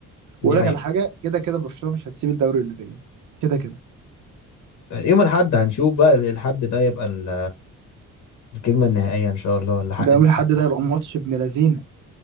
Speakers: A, on the left (about 70°); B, on the right (about 75°).
A: دي
B: واقول
A: حقيقة
B: لك على حاجه كده كده برشلونه مش هتسيب الدوري للريال كده كده
A: يوم الأحد هنشوف بقى الحد ده يبقى ال- الكلمة النهائية إن شاء الله الحق
B: ده
A: الحق
B: يوم الاحد ده هيبقى ماتش ابن لذينه